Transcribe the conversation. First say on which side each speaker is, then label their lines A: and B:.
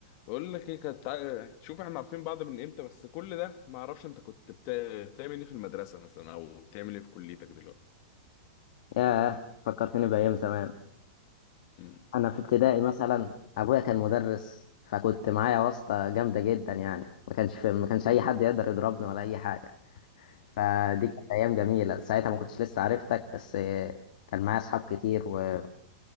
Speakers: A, on the left; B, on the left.
A: بقول لك ايه كانت تع- شوف احنا عارفين بعض من امتى بس كل ده ما اعرفش انت كنت بت... بتعمل ايه في المدرسه مثلا او بتعمل ايه في كليتك دلوقتي
B: ياه فكرتني بأيام زمان
A: مم.
B: أنا في ابتدائي مثلا أبويا كان مدرس فكنت معايا واسطة جامدة جدا يعني ما كانش في ما كانش أي حد يقدر يضربني ولا أي حاجة فدي
A: مم.
B: كانت أيام جميلة ساعتها ما كنتش لسه عرفتك بس آه، كان معايا أصحاب كتير ويعني